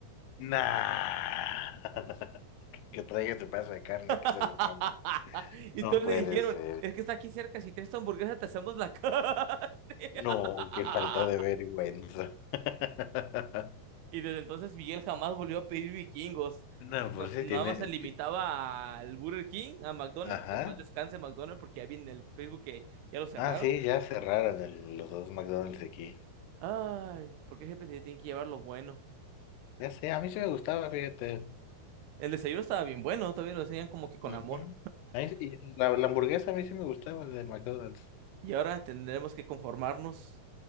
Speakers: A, on the left; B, on the right.
A: Nah. <laughs> Que traiga tu pedazo de carne,
B: <laughs>
A: que se lo trampa.
B: Y
A: No
B: todos
A: puede
B: le dijeron,
A: ser.
B: es que está aquí cerca, si tienes tu hamburguesa te hacemos la carne.
A: No,
B: <laughs>
A: qué falta de vergüenza. <laughs>
B: Y desde entonces Miguel jamás volvió a pedir vikingos.
A: No,
B: No-
A: pues sí,
B: nada
A: tiene.
B: más se limitaba
A: ti-
B: al Burger King, a McDonald's,
A: Ajá.
B: en paz descanse McDonald's, porque ya vi en el Facebook que ya lo cerraron.
A: Ah, sí, ya cerraron el- los dos McDonald's aquí.
B: Ay, porque siempre se tienen que llevar lo bueno.
A: Ya sé, a mí sí me gustaba, fíjate.
B: El desayuno estaba bien bueno, todavía lo hacían como que con
A: Ujú.
B: amor.
A: A mí- sí- y la, la hamburguesa a mí sí me gustaba de McDonald's.
B: Y ahora tendremos que conformarnos